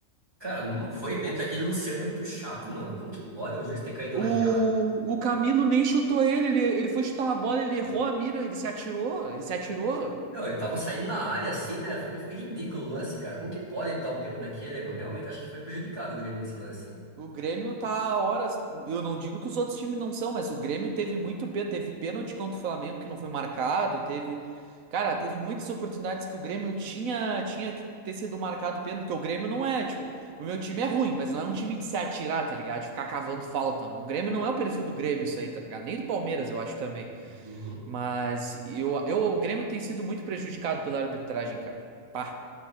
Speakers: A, on the right (about 20°); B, on the right (about 80°).
A: Cara, não foi pênalti. Aquele Luciano é muito chato, mano. Como que pode o juiz ter caído
B: O,
A: naquela?
B: o Camilo nem chutou ele, ele, ele foi chutar a bola, ele errou a mira, ele se atirou, ele se atirou.
A: Não, ele tava saindo da área assim, né? Foi, foi ridículo o lance, cara. Como que pode dar um pênalti daquele, meu? Realmente acho que foi prejudicado o Grêmio nesse lance. hein?
B: O Grêmio tá horas. Eu não digo que os outros times não são, mas o Grêmio teve muito pênalti. Teve pênalti contra o Flamengo que não foi marcado. Teve. Cara, teve muitas oportunidades que o Grêmio tinha, tinha que ter sido marcado pênalti, porque o Grêmio não é, tipo, o meu time é ruim, mas não é um time de se atirar, tá ligado? De ficar cavando falta. O Grêmio não é o perfil do Grêmio, isso aí, tá ligado? Nem do Palmeiras, eu acho também.
A: Uhum.
B: Mas eu, eu, o Grêmio tem sido muito prejudicado pela arbitragem, cara. Pá,